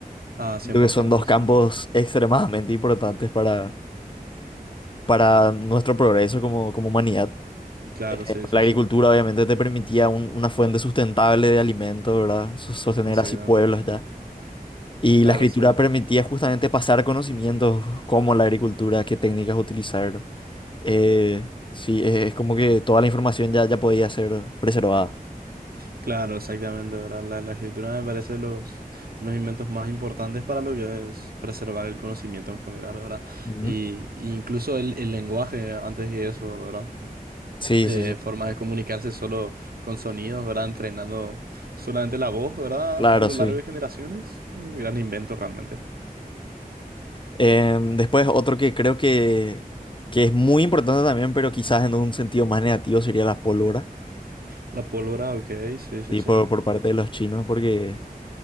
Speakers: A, on the right; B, on the left.
A: Ah, cien
B: Creo
A: por
B: que son
A: ciento
B: dos
A: sí.
B: campos extremadamente importantes para, para nuestro progreso como, como humanidad.
A: Claro,
B: Eh,
A: sí, sí,
B: la
A: sí.
B: agricultura obviamente te permitía un- una fuente sustentable de alimento, ¿verdad? Sos- Sostener
A: Exactamente.
B: así pueblos ya. Y
A: Claro,
B: la escritura
A: sí.
B: permitía justamente pasar conocimientos como la agricultura, qué técnicas utilizar. Eh, sí, es, es como que toda la información ya, ya podía ser preservada.
A: Claro, exactamente. ¿verdad? La, la escritura me parece los, los inventos más importantes para lo que es preservar el conocimiento en general, ¿verdad?
B: Ujú.
A: Y, y incluso el, el lenguaje, antes que eso, ¿verdad?
B: Sí,
A: Eh,
B: sí, sí.
A: formas de comunicarse solo con sonidos, ¿verdad? Entrenando solamente la voz, ¿verdad?
B: Claro,
A: A lo
B: sí.
A: largo de generaciones. Un gran invento realmente.
B: Em, después otro que creo que, que es muy importante también, pero quizás en un sentido más negativo sería la pólvora,
A: La pólvora, ok, sí, sí,
B: sí,
A: sí.
B: por, por parte de los chinos, porque